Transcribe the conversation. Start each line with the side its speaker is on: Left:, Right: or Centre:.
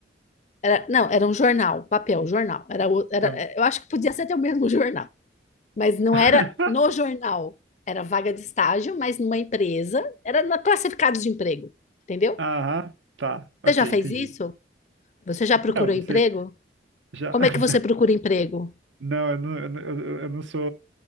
Left: era- não, era um jornal, papel, jornal. Era, o- era,
Right: Tam-
Left: é, eu acho que podia ser até o mesmo <laughs> jornal, mas não
Right: <laughs>
Left: era no jornal. Era vaga de estágio, mas numa empresa. Era na classificados de emprego, entendeu?
Right: Aham. Tá. Ok,
Left: Você já fez
Right: entendi.
Left: isso? Você já procurou
Right: Não, você
Left: emprego?
Right: já.
Left: Como
Right: <laughs>
Left: é que você procura emprego?
Right: Não, eu não, eu não, eu- eu não sou.